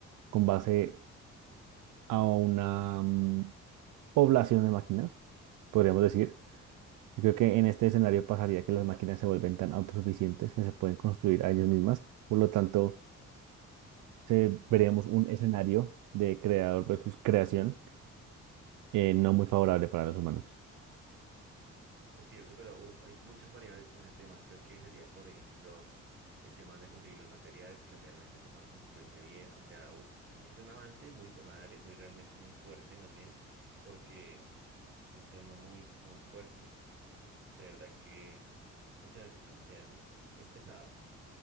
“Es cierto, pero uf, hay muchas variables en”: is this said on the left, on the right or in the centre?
Right